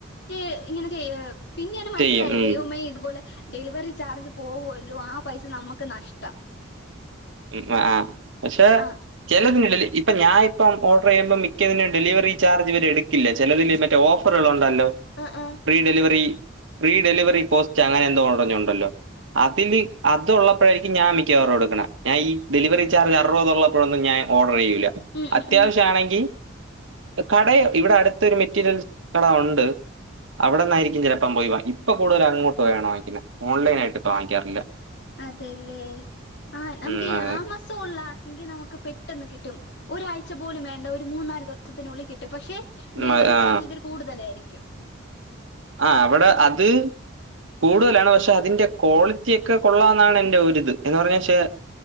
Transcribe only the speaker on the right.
ചെയ്യും ഉം
ഉം ആഹ് ആഹ് പക്ഷേ
ചെലതിന് <unintelligible> ഇപ്പ ഞാൻ ഇപ്പം ഓർഡർ ചെയ്യുമ്പം മിക്കതിനും ഡെലിവറി ചാർജ് ഇവര് എടുക്കില്ല ചെലതിന് മറ്റേ ഓഫറുകള് ഒണ്ടല്ലോ
free delivery free delivery post അങ്ങനെ എന്തോ ഒടഞ്ഞുണ്ടല്ലോ അതില് അ ഇത് ഉള്ളപ്പോഴായിരിക്കും ഞാൻ മിക്കവാറും എടുക്ക്ണെ ഞാൻ ഈ ഡെലിവറി ചാർജ് അറുപത് ഉള്ളപ്പോഴ് ഒന്നും ഞാൻ ഓഡർ ചെയ്യൂല്ല.
അത്യാവിശ്യ
ആണെങ്കിൽ കട ഇവിടെ അടുത്ത് ഒരു മെറ്റീരിയൽസ് കട ഒണ്ട് അവിടന്ന് ആയിരിക്കും ചെലപ്പം പോയി വാങ്ങി ഇപ്പൊ കൂടുതൽ അങ്ങോട്ട് പോയാണ് വാങ്ങിക്കുന്നേ ഓൺലൈൻ ആയിട്ട് ഇപ്പം വാങ്ങിക്കാറ് ഇല്ല.
ഉം
അതെ
മ ആ
ആ അവിടെ അത്- കൂടുതലാണ് പക്ഷേ അതിന്റെ ക്വാളിറ്റി ഒക്കെ കൊള്ളാന്നാണ് എന്റെ ഒരു ഇത് എന്ന് പറഞ്ഞ ക്ഷേ